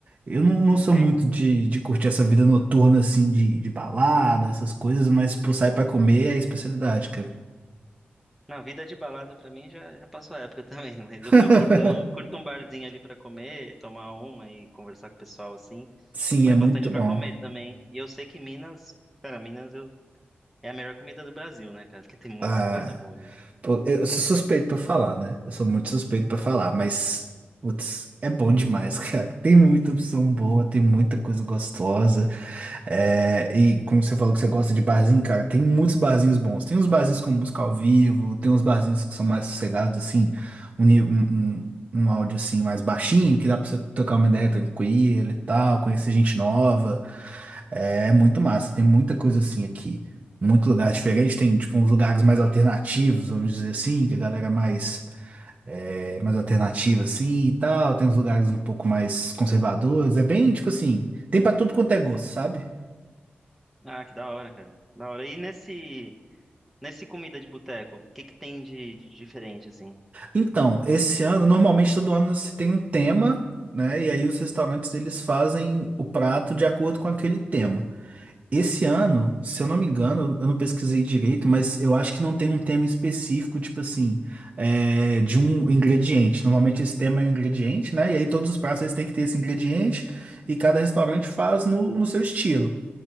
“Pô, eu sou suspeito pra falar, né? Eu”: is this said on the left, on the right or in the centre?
Right